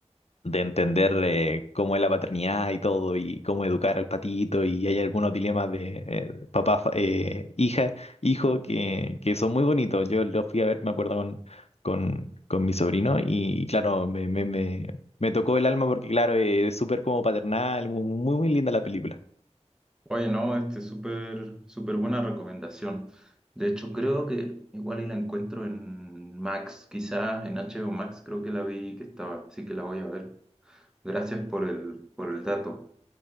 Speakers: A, on the left; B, in the centre.
A: de entender eh, cómo es la paternidad y todo, y cómo educar al patito, y hay algunos dilemas de eh, papá, fa- eh, hija, hijo, que, que son muy bonitos. Yo los fui a ver, me acuerdo, con, con, con mi sobrino, y, claro, me, me, me, me tocó el alma porque, claro, eh, es súper como paternal, muy, muy muy linda la película.
B: Oye, no, este, súper, súper buena recomendación. De hecho, creo que igual y la encuentro en Max, quizás en HBO Max creo que la vi que estaba, así que la voy a ver. Gracias por el, por el dato.